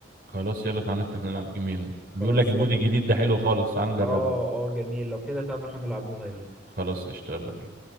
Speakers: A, on the right; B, in the centre.
A: خلاص يلا تعال نفتح نلعب جيمين
B: خلاص
A: بيقول لك المود
B: يلا
A: الجديد
B: بينا
A: ده حلو خالص تعال نجربه
B: اه اه جميل لو كده تعالى نروح نلعبوها يلا
A: خلاص قشطة يلا بينا